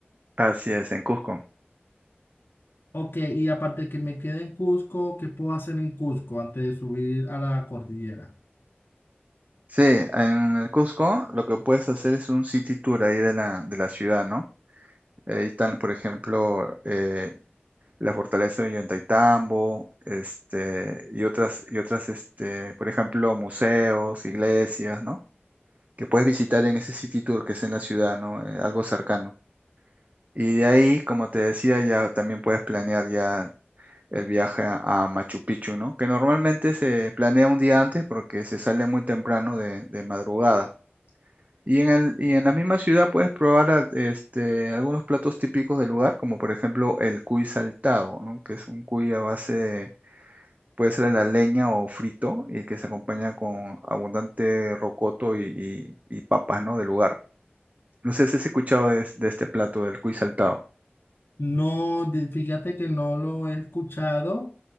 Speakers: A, on the right (about 40°); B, on the left (about 65°).
A: así es, en Cusco.
B: Ok, y aparte que me queda en Cusco, ¿qué puedo hacer en Cusco antes de subir a la cordillera?
A: Sí, en el Cusco lo que puedes hacer es un city tour ahí de la, de la ciudad, ¿no? Ahí están, por ejemplo, eh, la fortaleza de Ollantaytambo, este, y otras, y otras, este, por ejemplo, museos, iglesias, ¿no? Que puedes visitar en ese city tour que es en la ciudad, ¿no? Eh, algo cercano. Y de ahí, como te decía, ya también puedes planear ya el viaje a a Machu Picchu, ¿no? Que normalmente se planea un día antes porque se sale muy temprano de, de madrugada. Y en el, y en la misma ciudad puedes probar a- este, algunos platos típicos del lugar, como por ejemplo el cuy saltado, ¿no? Que es un cuy a base de, puede ser a la leña o frito, y que se acompaña con abundante rocoto y, y- y papas, ¿no? Del lugar. No sé si has escuchado de, de este plato del cuy saltado.
B: No, de- fíjate que no lo he escuchado.